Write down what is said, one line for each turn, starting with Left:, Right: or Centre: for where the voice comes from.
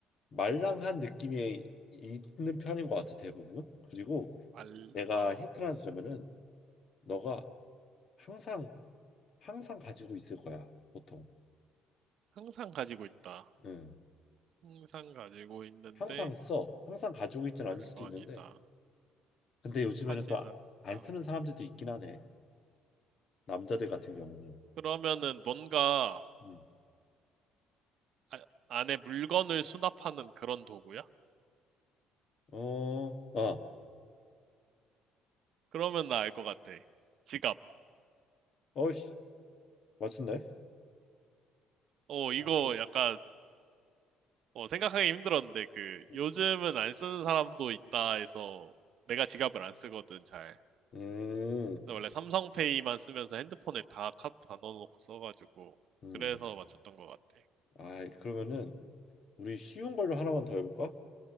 Left: 말랑한 느낌이 있는 편인 것 같아 대부분. 그리고
Right: 말,
Left: 내가
Right: 어.
Left: 힌트를 하나 주자면은 너가 항상 항상 가지고 있을 거야 보통.
Right: 항상 가지고 있다.
Left: 응.
Right: 항상 가지고 있는데
Left: 항상 써. 항상 가지고 있진
Right: 물건이다.
Left: 않을 수도 있는데 근데 요즘에는
Right: 타진
Left: 또
Right: 않는다.
Left: 안 쓰는 사람들도 있긴 하네. 남자들 같은 경우는.
Right: 그러면은 뭔가
Left: 음.
Right: 아- 안에 물건을 수납하는 그런 도구야?
Left: 어, 아,
Right: 그러면 나 알 것 같아. 지갑.
Left: 어이씨, 맞췄네.
Right: 어, 이거
Left: 맞췄.
Right: 약간 어, 생각하기 힘들었는데 그
Left: 음,
Right: 요즘은 안 쓰는 사람도 있다 해서 내가 지갑을 안 쓰거든 잘.
Left: 음,
Right: 그래서 원래 삼성페이만 쓰면서 핸드폰에 다 카드 다 넣어놓고 써가지고
Left: 음.
Right: 그래서 맞췄던 것 같아.
Left: 아, 그러면은 우리 쉬운 걸로 하나만 더 해볼까?